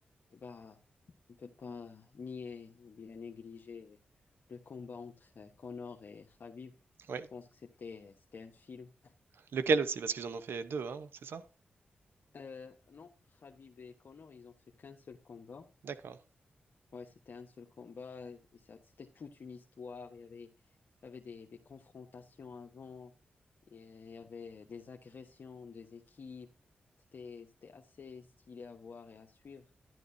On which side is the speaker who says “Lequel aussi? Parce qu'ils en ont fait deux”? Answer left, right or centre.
Right